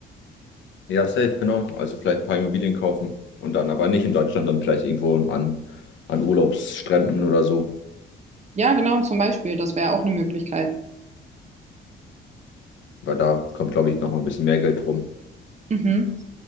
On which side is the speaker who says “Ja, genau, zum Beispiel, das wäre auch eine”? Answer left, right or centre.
Right